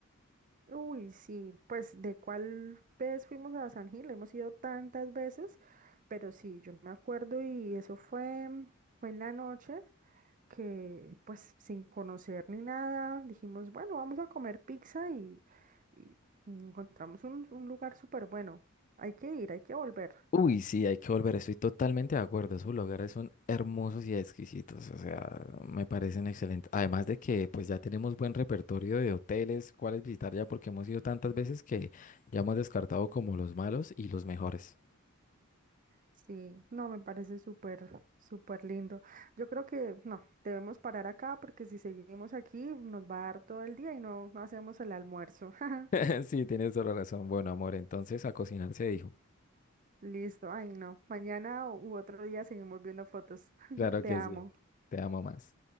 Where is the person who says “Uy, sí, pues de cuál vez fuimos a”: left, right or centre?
Right